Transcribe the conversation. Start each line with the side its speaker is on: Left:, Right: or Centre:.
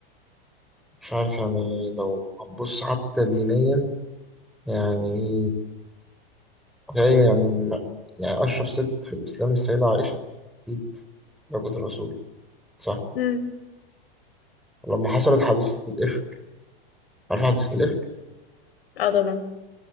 Centre: مش عارف يعني لو هتبص حتى دينيا يعني هي يعني يعني أشرف ست في الإسلام السيدة عائشة أكيد زوجة الرسول صح
Left: امم
Centre: لما حصلت حادثة الإفك عارف حادثة الإفك
Left: اه طبعا